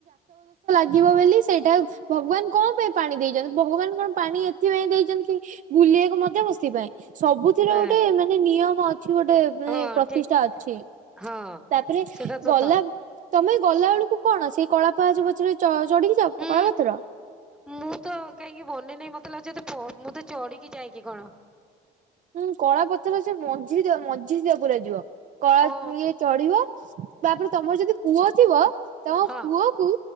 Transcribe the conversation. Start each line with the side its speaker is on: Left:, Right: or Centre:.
Right: ଯିବ ବୋଲି ସେଇଟା ଭଗବାନ କଣ ପାଇଁ ପାଣି ଦେଇଛନ୍ତି ଭଗବାନ କଣ ପାଣି ଏଥିପାଇଁ ଦେଇଛନ୍ତି କି ବୁଲିବାକୁ ମଧ୍ୟ ମସ୍ତି ପାଇଁ ସବୁଥିର
Centre: ନା।
Right: ଗୋଟେ ମାନେ ନିୟମ ଅଛି ଗୋଟେ ମାନେ
Centre: ହଁ
Right: ପ୍ରତିଷ୍ଠା
Centre: ଠିକ
Right: ଅଛି
Centre: ହଁ
Right: ତାପରେ
Centre: ସେଟା ସତ
Right: ଗଲା। ତମେ ଗଲା ବେଳକୁ କଣ ସେଇ କଳା ପାହାଚ ପଛରେ ଚ-ଚଢିକି ଯାଅ
Centre: ହୁଁ।
Right: କଳାପଥର
Centre: ମୁଁ ତ କାହିଁକି ମାନେ ନାହିଁ ମତେ ଲାଗୁଛି <unintelligible> ମୁଁ ତ ଚଢିକି ଯାଇକି କଣ।
Right: ହୁଁ କଳା ପଥର ସେ ମଝିରେ ଦିଅ ମଝିରେ ଦିଅ ପୁର ଯିବ। କଳା
Centre: ହଁ
Right: ଇଏ ଚଢିବ ତାପରେ ତମର ଯଦି ପୁଅ ଥିବ ତମ
Centre: ହଁ।
Right: ପୁଅ କୁ